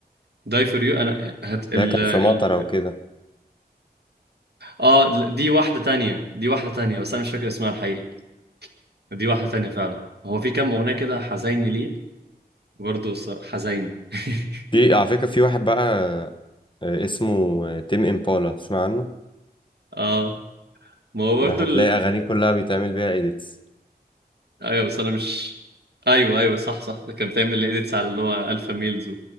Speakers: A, on the right (about 75°); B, on the left (about 30°).
A: داي فور يو انا هت ال
B: ده كان
A: ال
B: في مطره وكده
A: اه دي واحده تانية دي واحده تانية بس انا مش فاكر اسمها الحقيقي دي واحده تانية فعلا هو في كام اغنيه كده حزيني ليه برضه الصراحة- حزيني <laughs>
B: في على فكره في واحد بقى آه، اسمه تيم امبالا تسمع عنه
A: اه ما هو برضه
B: ده هتلاقي اغانيه كلها بيتعمل بيها اديتس
A: ايوه بس انا مش ايوه ايوه صح صح كان بتعمل اديتس على اللي هو الفا ميلز